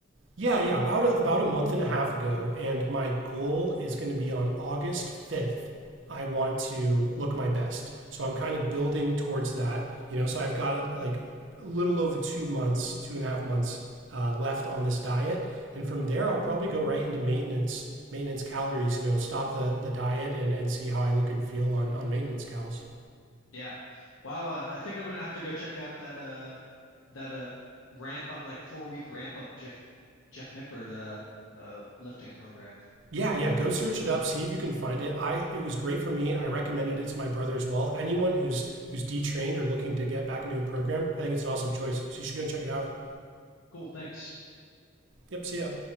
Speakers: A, on the right; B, on the left.
A: Yeah, yeah, about a, about a month and a half ago, and my goal is going to be on August 5th. I want to look my best. So I'm kind of building towards that, you know. So I've got like a little over two months, two and a half months uh, left on this diet, and from there I'll probably go right into maintenance, maintenance calories. You know, stop the the diet and and see how I look and feel on on maintenance calories.
B: Yeah. Wow, uh, I think I'm gonna have to go check out that uh that uh ramp up like four week ramp up Jeff Jeff Nippert uh uh lifting program.
A: Yeah, yeah. Go
B: Uh,
A: search
B: thanks for telling
A: it up.
B: me about
A: See if
B: it.
A: you can find it. I it was great for me. I recommended it to my brother as well. Anyone who's who's detrained or looking to get back into a program, I think it's an awesome choice. So you should go check it out.
B: Cool, thanks.
A: Yep. See ya.